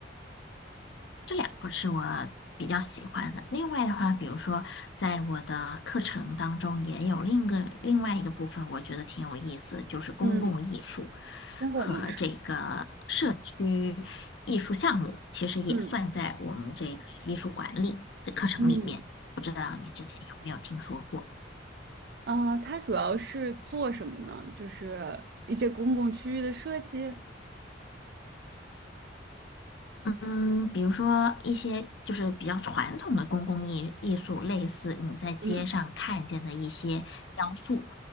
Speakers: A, on the left; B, on the right.
A: 这两个是我比较喜欢的。另外的话，比如说在我的课程当中，也有另一个另外一个部分，我觉得挺有意思，就是公共艺术
B: 嗯，公共艺术。
A: 和这个社区艺术项目，其实也算在我们这个艺术管理的课程里面。
B: 嗯，嗯，
A: 不知道你之前有没有听说过？
B: 啊，他主要是做什么呢？就是一些公共区域的设计。
A: 嗯，比如说一些就是比较传统的公共艺艺术，类似你在街上看见的一些雕塑，
B: 嗯，